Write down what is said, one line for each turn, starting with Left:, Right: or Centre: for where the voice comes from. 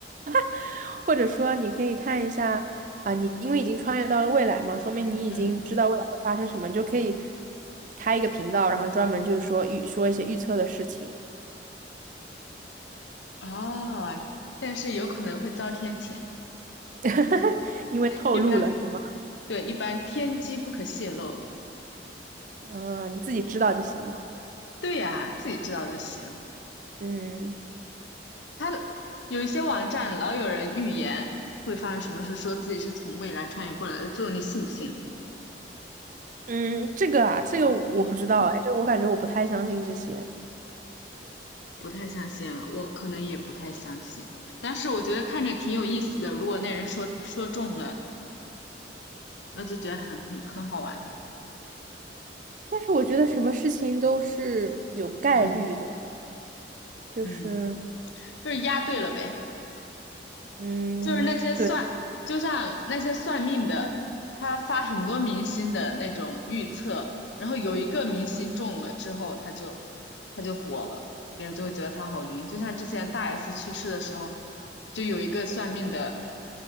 Right: <laughs> 或者说你可以看一下啊，你因为已经穿越到了未来嘛，说明你已经知道未来会发生什么，
Left: 嗯，
Right: 你就可以开一个频道，然后专门就是说预说一些预测的事情，
Left: 哦，但是有可能会遭天谴，
Right: <laughs> 因为透露了是吗？
Left: 一般。对，一般天机不可泄露。
Right: 啊，你自己知道就行了。
Left: 对呀，自己知道就行。
Right: 嗯
Left: 他有一些网站老有人预言会发生什么事，说自己是从未来穿越过来的，最后你信不信？
Right: 嗯，这个啊，这个我不知道哎，
Left: 嗯，
Right: 这个我感觉我不太相信这些。
Left: 不太相信啊，我可能也不太相信。但是我觉得看着挺有意思的，如果那人说说中了，那就觉得很很很好玩。
Right: 但是我觉得什么事情都是有概率的，
Left: 嗯
Right: 就是
Left: 嗯，就是押对了呗。
Right: 嗯，
Left: 就是那些算，
Right: 对，
Left: 就像那些算命的，他发很多明星的那种预测，然后有一个明星中了之后，他就他就火了，别人就会觉得他好灵。就像之前大 S 去世的时候，就有一个算命的